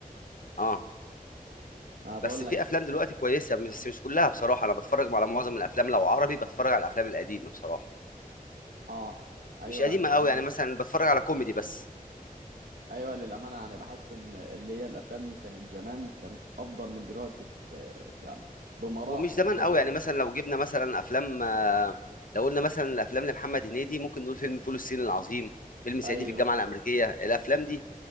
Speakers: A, on the left; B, on the right.
A: اه
B: ما بقولك
A: بس في افلام دلوقتي كويسه بس مش كلها بصراحه انا بتفرج على معظم الافلام لو عربي بتفرج على الافلام القديمه بصراحه
B: اه ايوه
A: مش قديمه
B: للأمانة
A: قوي يعني مثلا بتفرج على كوميدي بس
B: ايوه للأمانة يعني بحس ان اللي هي الافلام كانت زمان كانت افضل من دلوقتي في يعني بمراحل
A: ومش زمان
B: شوية
A: قوي يعني مثلا لو جبنا مثلا افلام آه، لو قلنا مثلا الافلام لمحمد هنيدي ممكن نقول فيلم فول الصين العظيم فيلم صعيدي
B: ايوه
A: في الجامعه الامريكيه الافلام دي